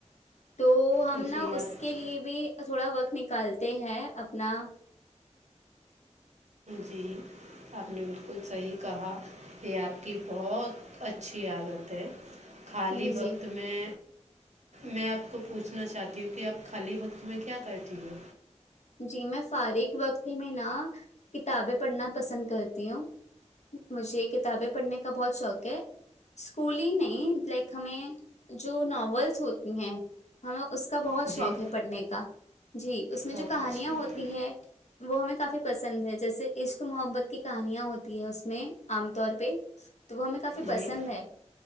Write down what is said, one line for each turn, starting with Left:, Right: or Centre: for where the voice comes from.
Left: تو ہم
Right: جی
Left: نا
Right: آپ
Left: اس کے لیے بھی تھوڑا وقت نک کلتے ہے اپنا
Right: جی آپ نے بالکل صحیح کہا یہ آپ کی بہت اچھی عادت ہے خالی
Left: جی
Right: وقت
Left: جی
Right: میں میں آپ کو پوچھنا چاہتی ہوں کہ آپ خالی وقت میں کیا کہتی ہو؟
Left: جی میں فارغ وقت میں نا کتابیں پڑھنا پسند کرتی ہوں مجھے کتابیں پڑھنے کا بہت شوق ہے اسکول ہی نہیں لائک ہمیں جو ناولس ہوتی ہیں ہمیں اس کا بہت
Right: جی
Left: شوق ہے پڑھنے کا جی اس میں
Right: بہت
Left: جو کہانیاں
Right: اچھی بات
Left: ہوتی ہے وہ ہمیں کافی پسند ہے جیسے عشق محبت کی کہانیاں ہوتی ہے اس میں عام طور پہ تو وہ ہمیں کافی پسند
Right: جی
Left: ہے